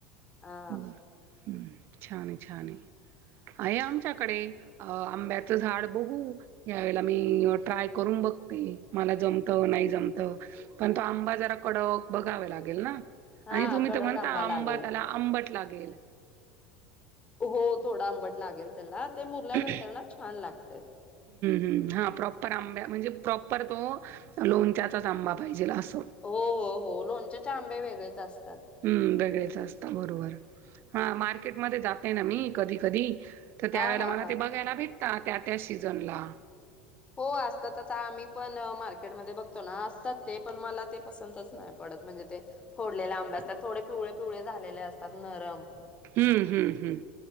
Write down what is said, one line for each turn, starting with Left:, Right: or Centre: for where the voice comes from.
Left: हा
Right: हुं हुं छान आहे छान आहे आहे आमच्या कडे आंब्याच झाड बघू या वेळेला मी ट्राय करून बघते मला जमत नाही जमत पण तो आंबा जरा कडक बघावं लागल ना? आणि
Left: हा
Right: तुम्ही
Left: कडक
Right: तर म्हणता आंबा
Left: लागेल
Right: त्याला आंबट लाग केल
Left: हो थोड आंबट लागेल त्याला ते मुरल्यानंतर
Right: हम्मू
Left: ना छान लागतय
Right: हम्मू हा प्रॉपर आंबे प्रॉपर परत तो लोणच्याच आंबा पाहिजे अस
Left: हो हो हो लोणच्याचे आंबे वेगळेच असता
Right: हम्म बरेच असता बरोबर हा मार्केट मध्ये जाते ना मी कधी कधी त्यावेळेला
Left: हा हा हा
Right: ते मला बघायला भे त्या त्या सिझन ला
Left: हो आसतात आता आम्ही पण मार्केट मध्ये बघतो ना, असतात ते पण मला ते पसंतच नाही पडत, म्हणजे ते फोडलेले आंबे असतात. थोडे पिवळे पिवळे झालेले असतात नरम.
Right: हम्म हम्म हम्म